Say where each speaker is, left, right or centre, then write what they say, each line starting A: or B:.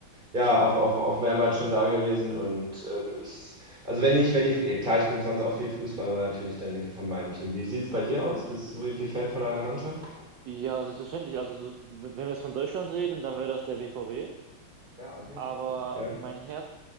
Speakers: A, on the right; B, on the right.
A: ja, auch, auch, auch mehrmals schon da gewesen. Und ähm, ist, also wenn ich, wenn ich, eh, klar, ich gucke sonst auch viel Fußball, aber natürlich dann irgendwie von meinem Team. Wie sieht's bei dir aus? Bist du irgendwie Fan von einer Mannschaft?
B: Ja, selbstverständlich. Also so, w- wenn wir jetzt von Deutschland reden, dann wäre das der BVB.
A: ja, okay,
B: Aber
A: cool. Ja.
B: mein Herz,